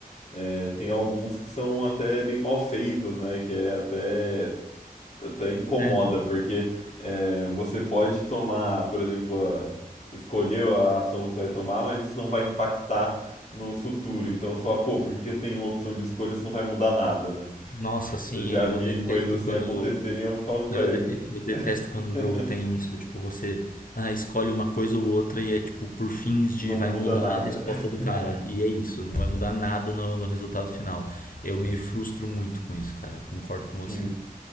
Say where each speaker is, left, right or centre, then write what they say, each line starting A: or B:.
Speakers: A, on the left; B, on the left.
A: é, tem alguns que são até bem mal feitos, né, que é até até incomoda,
B: Né?
A: porque é, você pode tomar, por exemplo, a- escolher a ação que você vai tomar, mas isso não vai impactar no futuro. Então você fala, pô, por que que eu tenho uma opção de escolha se não vai mudar nada, né?
B: Nossa, assim,
A: Eu já
B: eu
A: vi
B: detesto
A: coisas assim
B: quando
A: acontecerem e eu falo,
B: Cara,
A: ué,
B: Eu, de- eu detesto
A: <laughs>
B: quando o jogo tem isso, tipo, você ah, escolhe uma coisa ou outra e é tipo por fins de
A: não
B: vai
A: muda
B: mudar
A: nada.
B: a resposta do
A: <laughs>
B: cara. E é isso, não vai mudar nada no, no resultado final. Eu me frustro muito com isso, cara. Concordo com
A: Sim.
B: você.